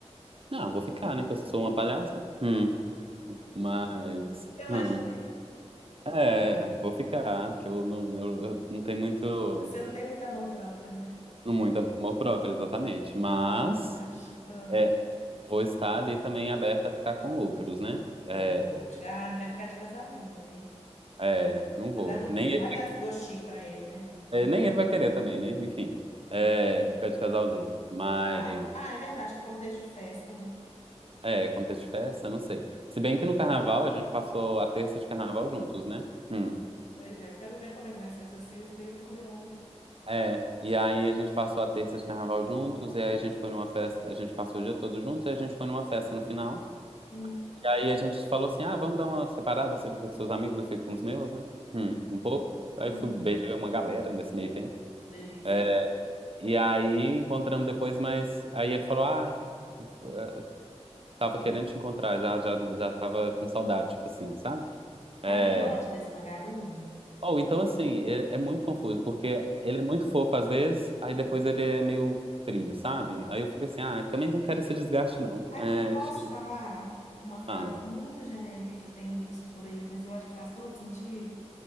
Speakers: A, on the right; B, on the left.
A: não, vou ficar, né, que eu sou uma palhaça. Hum, mas
B: Eu imaginei.
A: hum, é, vou ficar, que eu não eu, eu não tenho muito
B: Você não tem muito amor próprio, né?
A: muito amor próprio, exatamente,
B: Não
A: mas
B: acha? Ah,
A: É, vou estar ali também aberta a ficar com outros, né? É,
B: Lógico. Ah, não vai ficar de casalzinho, né?
A: é, não
B: Vai
A: vou.
B: dar, go-
A: Nem ele
B: vai dar esse gostinho pra ele, né?
A: vai, é, nem ele vai querer também, né? Enfim,
B: Sim.
A: é, ficar de casalzinho. Mas,
B: ah, Ah, é verdade, que contexto de festa, né?
A: é, contexto de festa, não sei. Se bem que no carnaval a gente passou a terça de carnaval juntos, né? Hum.
B: Pois é, eu quero ver como é que vai ser essa sexta e tô curiosa.
A: É, e aí a gente passou a terça de carnaval juntos, e aí a gente foi numa festa, a gente passou o dia todo juntos, e a gente foi numa festa no final.
B: hum,
A: E aí a gente falou assim: ah, vamos dar uma separada, você fica com seus amigos, eu fico com os meus, né? Hum,
B: hum,
A: um pouco. Aí
B: hum.
A: eu fui, beijei uma galera nesse meio tempo.
B: Delícia.
A: É, E aí encontramos depois, mas aí ele falou: ah, eh, tava querendo te encontrar, já, já, já tava com saudade, tipo assim, sabe? É...
B: Ai, que ódio desse vagabundo.
A: Ou então, assim, é, é muito confuso, porque ele é muito fofo às vezes, aí depois ele é meio frio, sabe? Aí eu fico assim: ah, também não quero esse desgaste, não.
B: Aqui,
A: É,
B: posso
A: chega,
B: te falar uma frase
A: fala,
B: muito genérica que eu tenho visto por aí, mas eu acho que faz todo sentido?